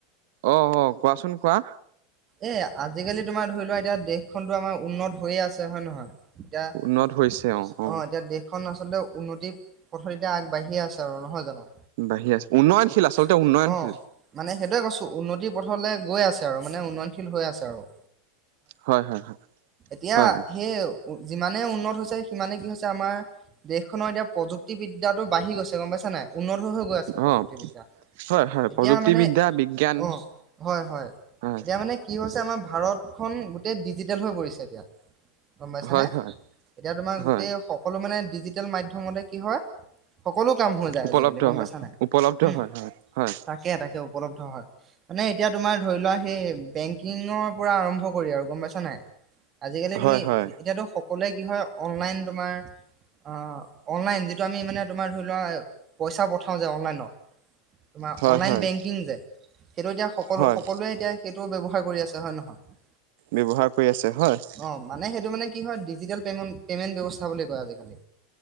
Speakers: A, on the right; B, on the right.
A: অঁ অঁ কোৱাচোন কোৱা।
B: এ আজিকালি তোমাৰ ধৰি লোৱা এতিয়া দেশখনতো আমাৰ উন্নত হৈয়ে আছে হয় নহয়? এতিয়া
A: উন্নত হৈছে
B: অঁ
A: অ অ
B: এতিয়া দেশ- খন আচলতে উন্নতি পথত এতিয়া আগবাঢ়িয়ে আছে আৰু নহয় জানো?
A: বাঢ়ি আছে উন্নয়নশীল
B: এত-
A: আচলতে উন্নয়নশীল।
B: অ মানে সেইটোৱে কৈছো উন্নতি পথলে গৈ আছে আৰু মানে উন্নয়নশীল হৈ আছে আৰু।
A: হয় হয় হয়।
B: এতিয়া
A: হয়
B: সেই যিমানে উন্নত হৈছে সিমানেই কি হৈছে আমাৰ দেশখনৰ এতিয়া প্ৰযুক- তিবিদ্যাটো বাঢ়ি গৈছে গম পাইছা নাই উন্নত হৈ হৈ গৈ আছে প্ৰযুক্তিবিদ্যা।
A: অ হয় হয়
B: এতিয়া
A: প্ৰযুক্তিবিদ্যা
B: মানে
A: বিজ্ঞান
B: অঁ হয় হয়,
A: হয়
B: এতিয়া মানে- কি হৈছে আমাৰ ভাৰতখন গোটেই ডিজিটেল হৈ পৰিছে এতিয়া। গম পাইছানে?
A: হয় হয়
B: এতিয়া তোমাৰ গোটেই
A: হয়
B: সকলো মানে ডিজিটেল মাধ্যমতে কি হয়? সকলো কাম হৈ যায়
A: উপলব্ধ
B: আজিকালি গম
A: হয়
B: পাইছা নাই?
A: উপলব্ধ
B: উম'
A: হয় হয় হয়
B: তাক- কে তাকে উপলব্ধ হয় মানে এতিয়া তোমাৰ ধৰি লোৱা সেই বেংক- কিঙৰ পৰা আৰম্ভ কৰি আৰু গম পাইছা নাই? আজিকালি
A: হয়
B: তুমি
A: হয়
B: এতিয়াতো সক- কলোৱে কি হয় অনলাইন তোমাৰ- অঁ অনলাইন যিটো আমি মানে তোমাৰ ধৰি লোৱা পইচা পঠাওঁ যে অনলাইনত- তোমাৰ
A: হয়
B: অনলাইন
A: হয়
B: বেংকিং যে সেইটো এতিয়া সকলো
A: হয়
B: সকলোৱে এতিয়া সেইটো ব্যৱহাৰ কৰি আছে হয় নহয়?
A: ব্যৱহাৰ কৰি আছে হয়।
B: অঁ মানে সেইটো মানে কি হয় ডিজিটেল পেমণ্ট পেমেণ্ট ব্যৱস্থা বুলি কয় আজিকালি।